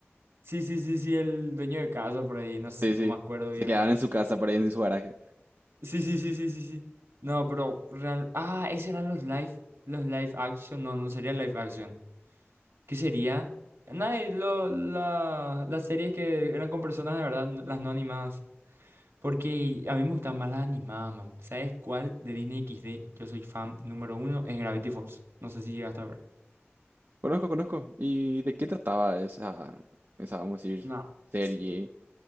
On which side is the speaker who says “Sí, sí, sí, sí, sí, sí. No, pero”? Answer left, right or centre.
Right